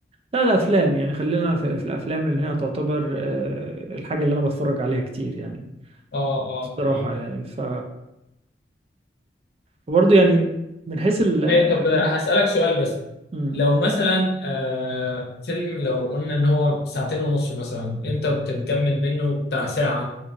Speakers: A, on the right; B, on the left.
A: لا الافلام يعني خلينا في في الافلام لان هي تعتبر آه، الحاجه اللي انا بتفرج عليها كتير يعني
B: اه اه
A: الصراحه
B: يعني
A: يعني ف برضه يعني من حيث ال
B: ما- طب هسألك
A: من...
B: سؤال بس
A: مم.
B: لو مثلا آه فيلم لو قلنا ان هو ساعتين ونص مثلا انت بتكمل منه بتاع ساعه